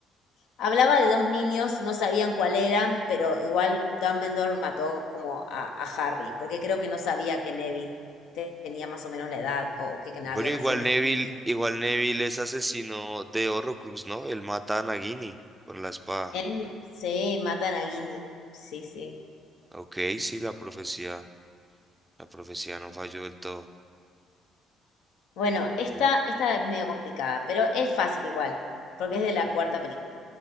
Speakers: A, on the left; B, on the right.
A: Hablaba de dos niños, no sabían cuál eran, pero igual Dumbledore mató como a, a Harry, porque creo que no sabía que Neville tenía más o menos la edad o que, que
B: Bueno,
A: había
B: igual
A: nacido en
B: Neville,
A: el mismo día.
B: igual Neville es asesino de Horrocrux, ¿no? Él mata a Nagini con la espada.
A: Él, sí, matan a Ginny. Sí, sí.
B: Ok, sí, la profecía, la profecía no falló del todo.
A: Bueno, esta,
B: Uh,
A: esta es medio complicada, pero es fácil igual, porque es de la cuarta película.